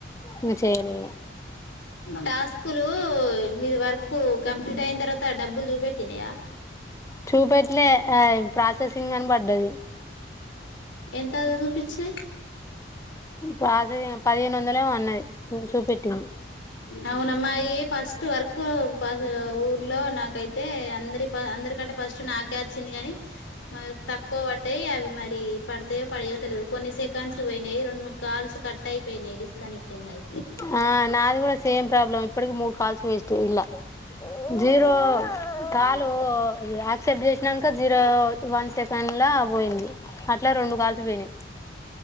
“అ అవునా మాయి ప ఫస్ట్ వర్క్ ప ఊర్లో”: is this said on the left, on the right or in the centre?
Left